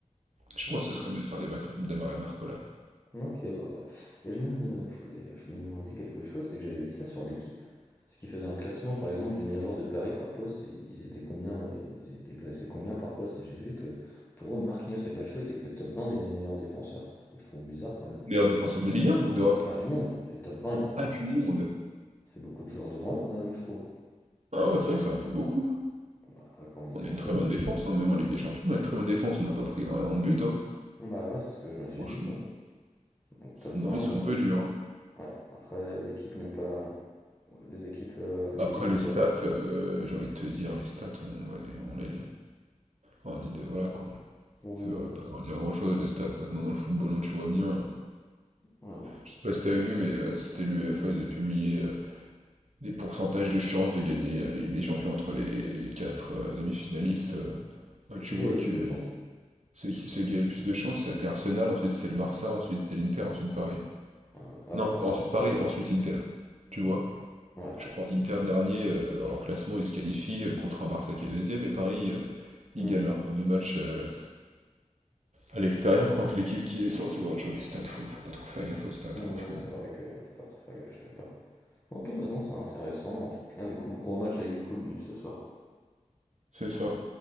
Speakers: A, on the right; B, on the left.
A: je
B: OK.
A: pense que ce serait mieux de faire des bac- démarrer Barcola.
B: OK, bah, ouais et je me de je voulais je me demandais quelque chose, c'est que j'avais vu ça sur L'Équipe. C'est qu'ils faisaient un classement, par exemple, des meilleurs joueurs de Paris par poste, et ils étaient combien, heu, ils étaient classés combien par poste? Et j'ai vu que, pour eux, Marquinhos et Pacho étaient que top 20 des meilleurs défenseurs, ce que je trouve bizarre quand même.
A: Meilleur défenseur de Ligue 1 ou d'Europe?
B: Bah, du monde, les top 20 il y en
A: Ah,
B: a
A: du
B: ça fait
A: monde!
B: ça fait beaucoup de joueurs devant eux quand même, je trouve.
A: Ah ouais, c'est vrai que ça en fait beaucoup.
B: Bah, quand on y
A: On
B: pense,
A: a une très
B: ouais,
A: bonne
B: mais
A: défense, hein, Même en Ligue des Champions, on a une très bonne défense, on n'a pas pris énormément de buts, hein.
B: bah, ouais, c'est ce que je me suis
A: Franchement.
B: dit, quoi. Donc top
A: Non,
B: 20
A: ils sont
B: heu,
A: un peu durs. hein.
B: ouais, après L'Équipe n'aime pas les équipes, heu, L'Équipe
A: Après
B: n'aime
A: les stats,
B: pas forcément.
A: euh, j'ai envie de te dire, les stats, on, va les, on les, on dit de, voilà quoi.
B: Oui,
A: Ça va
B: heu,
A: pas dire grand-chose les stats maintenant dans le football, hein, tu vois bien.
B: ouais, non,
A: Je sais pas si
B: c'est
A: t'as vu, mais euh, c'était l'UEFA, ils avaient publié euh, des pourcentages de chances de gagner euh, la Ligue des Champions entre les, les quatre euh, demi-finalistes. euh.
B: C'était
A: Ouais, tu
B: qui
A: vois
B: qui avait le
A: que
B: plus de chance?
A: ceux qui, ceux qui avaient le plus de chances, c'était Arsenal, ensuite c'était le Barça, ensuite c'était l'Inter, ensuite Paris.
B: Ah, ah,
A: Non,
B: pour
A: pas
B: l'instant.
A: ensuite Paris, ensuite Inter. Tu vois?
B: Ok. Ouais, non,
A: Je crois
B: c'est sûr.
A: Inter dernier euh, dans leur classement, ils se qualifient euh, contre un Barça qui est deuxième et Paris Ils
B: Mm.
A: gagnent leur premier match euh, à l'extérieur contre l'équipe qui est censée. Ouais, tu vois, les stats, faut, faut pas trop faire gaffe aux stats,
B: Ouais,
A: franchement.
B: non, c'est vrai que faut pas trop faire gaffe, je suis d'accord. Ok, bah non, c'est intéressant. En tout cas, du coup, gros match avec beaucoup de buts ce soir.
A: C'est ça.